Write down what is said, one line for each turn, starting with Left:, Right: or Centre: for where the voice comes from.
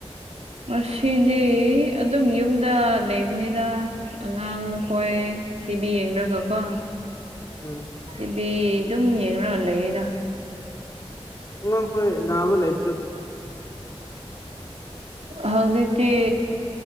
Right: ꯑꯁꯤꯗꯤ ꯑꯗꯨꯝ ꯌꯨꯝꯗ ꯂꯩꯕꯅꯤꯅ ꯑꯉꯥꯡ ꯈꯣꯏ ꯇꯤꯚꯤ ꯌꯦꯡꯅꯒ ꯀꯣ
Left: ꯎꯝ
Right: ꯇꯤꯚꯤ ꯑꯗꯨꯝ ꯌꯦꯡꯔ ꯂꯩꯌ‌ꯦꯗ
Left: ꯑꯉꯥꯡꯈꯣꯏ ꯅꯥꯕ ꯂꯩ
Right: ꯍꯧꯖꯤꯛꯇꯤ